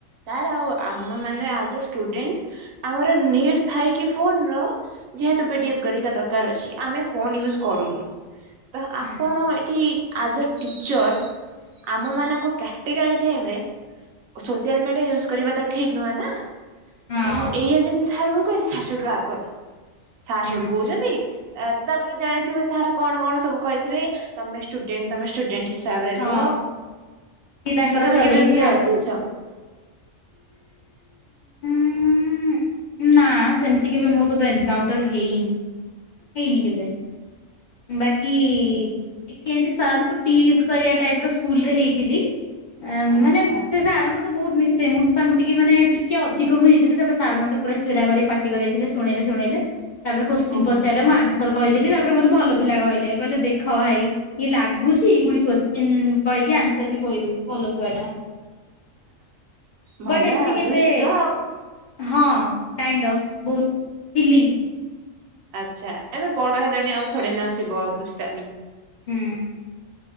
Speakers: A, on the right; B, on the left.
A: ସାର୍ ଆଉ ଆମ ମାନେ ଆଜ୍ ଏ ଷ୍ଟୁଡେଣ୍ଟ ଆମର ନିଟ୍ ଥାଇକି ଫୋନ ର ଯେହେତୁ ପିଡ଼ିଏଫ୍ କରିକା ଦରକାର ଅଛି ଆମେ ଫୋନ ୟୁଜ କରୁନୁ। ତ ଆପଣ
B: ହୁଁ
A: ଏଠି ଆଜ୍ ଏ ଟିଚର୍ ଆମମାନଙ୍କ ପ୍ରାକ୍ଟିକାଲ ଟାଇମ୍ ରେ ସୋସିଆଲ ମିଡିଆ ୟୁଜ୍ କରିବା ତ ଠିକ ନୁହେଁ ନା।
B: ହଁ
A: ତ ମୁଁ ଏଇଆ ଯେମିତି ସାର୍ ଙ୍କୁ କହିଲି ସାର ସେଠୁ ରାଗିଗଲେ। ସାର୍
B: ହୁଁ।
A: ସେଠୁ କହୁଛନ୍ତି ତା ତାପରେ ଜାଣିଥିବେ ସାର୍ କଣ କଣ ସବୁ କହିଥିବେ। ତମେ ଷ୍ଟୁଡେଣ୍ଟ ତମେ ଷ୍ଟୁଡେଣ୍ଟ ହିସାବରେ
B: ହଁ
A: ରୁହ।
B: ସିଏ ତାଙ୍କର
A: ତମେ
B: ଚଲେଇଥିବେ
A: କେବେ ଏମିତି ଗାଳି
B: ଆଉ।
A: ଶୁଣିଚ? <inaudible>
B: ଉଁ ନା ସେମିତି କେବେ ମୋ ସହିତ ଏନକାଉଣ୍ଟର ହେଇନି। ହେଇନି କେବେ। ବାକି ଟିକେ ଏମତି ସାରଙ୍କୁ ଟିକ୍ସ କରିବା ଟାଇପର ସ୍କୁଲ ରେ ହେଇଥିଲି।
A: ଆଚ୍ଛା
B: ମାନେ ସେ ସାର୍ ଙ୍କ ସହ ବହୁତ ମିଶେ। ମୁଁ ତାଙ୍କୁ ଟିକେ ମାନେ ଟିକେ ଅଧିକ ମୁଁ ହେଇଥିଲି। ତାପରେ ସାର୍ ମତେ ପୁରା ଛିଡା କରି ପାଟି କରିଥିଲେ ଶୁଣେଇଲେ। ଶୁଣେଇଲେ। ତା ପରେ କୋଶ୍ଚିନ
A: ଓହୋ
B: ପଚାରଲେ ମୁଁ ଆନସର କହିଦେଲି। ତାପରେ ମତେ ଭଲ ପିଲା କହିଲେ। କହିଲେ ଦେଖ ଭାଇ ଇଏ ଲାଗୁଛି ପୁଣି କୋଶ୍ କୋଶ୍ଚିନ୍ କହିକି ଆନ୍ସର ବି କହିଦେଉଛି। ଭଲ ଛୁଆ ଟା।
A: ଭଲ
B: ବଅଟ ଏମିତି
A: ଆଉ
B: କେବେ
A: ଦୁଷ୍ଟ ଆଉ।
B: ହଁ କାଇଣ୍ଡ ଅଫ ବହୁତ ଥିଲି।
A: ଆଚ୍ଛା ଏବେ ବଡ ହେଲଣି ଆଉ ଥୋଡ଼ି ନା ଥିବ ଦୁଷ୍ଟାମି।
B: ହୁଁ।